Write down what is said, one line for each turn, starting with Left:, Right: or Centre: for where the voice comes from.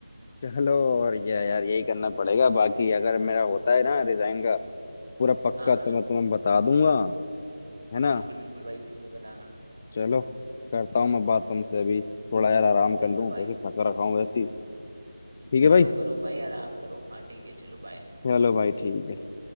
Left: चलो और क्या यार यही करना पड़ेगा बाकी अगर मेरा होता है ना रिजाइन का पूरा पक्का
Right: हाँ हाँ
Left: तो मैं तुम्हें बता दूंगा है ना
Right: बिल्कुल बिल्कुल भाई बिल्कुल बताना
Left: चलो करता हूँ मैं बात तुमसे अभी थोड़ा यार आराम कर
Right: बिल्कुल
Left: लूँ
Right: भाई
Left: क्योंकि थका रखा हूँ वैसे ही ठीक है
Right: करो
Left: भाई
Right: करो भाई आराम करो हाँ ठीक है चलो बाय
Left: चलो भाई ठीक है